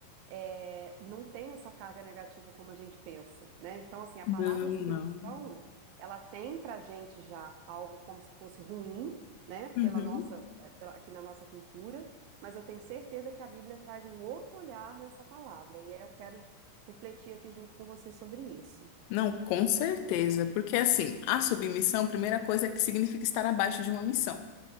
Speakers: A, on the right; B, on the left.
A: é, não tem essa carga negativa como a gente pensa, né? Então, assim, a palavra
B: Não,
A: submissão,
B: não.
A: ela tem pra gente já algo como se fosse ruim, né? Pela
B: Uhum.
A: nossa, é, pela- aqui na nossa cultura, mas eu tenho certeza que a Bíblia traz um outro olhar nessa palavra, e é, eu quero refletir aqui junto com você sobre isso.
B: Não, com certeza, porque assim, a submissão, a primeira coisa é que significa estar abaixo de uma missão.